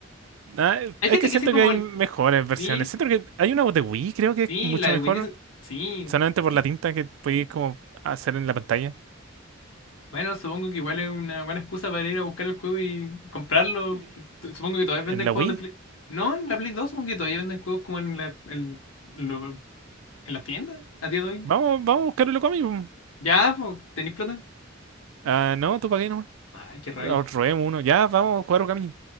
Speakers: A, on the right; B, on the left.
A: Ah,
B: Hay
A: es
B: gente
A: que
B: que
A: siento
B: dice como
A: que hay
B: el.
A: mejores versiones.
B: Sí,
A: Siento que hay una de Wii, creo que es
B: sí,
A: mucho
B: la de
A: mejor.
B: Wii dice. Sí.
A: Solamente por la tinta que podéis como hacer en la pantalla.
B: Bueno, supongo que igual es una buena excusa para ir a buscar el juego y comprarlo.
A: Eh,
B: Tu- Supongo que todavía
A: En
B: venden
A: la
B: juegos
A: Wii.
B: de Play. No, en la Play 2 supongo que todavía venden juegos como en la, en, lo- en las tiendas a día de hoy.
A: Vamos, vamos a buscar el Okami. pum.
B: Ya, pues, ¿tenéis plata?
A: Ah, no, tú para qué nomás.
B: Ay, qué rabia.
A: Ah, Robemos uno. Ya, vamos a jugar Okami.